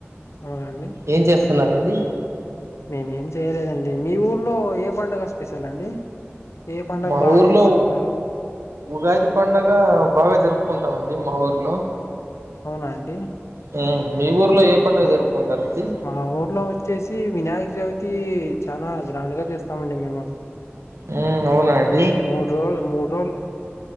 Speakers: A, on the left; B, on the right.
A: అవునండి
B: ఏం చేస్తున్నారండి
A: మేమేం చేయలేదండి మీ ఊర్లో ఏ పండగ స్పెషల్ అండి ఏ పండుగ
B: మా
A: బాగా
B: ఊర్లో
A: చేసుకుంటారు
B: ఉగాది పండగ బాగా జరుప్ కుంటామండి మా ఊర్లో
A: అవునా అండ్
B: హ్మ్ మీ ఊ ఊర్లో ఏ పండగ
A: ఆ
B: జరుపుకుంటారండి
A: మా ఊర్లో వచ్చేసి వినాయక చవితి చాలా గ్రాండ్ గా చేస్తామండి మేము
B: హ్మ్ అవునండి
A: మూడు రోజులు మూడు రోజులు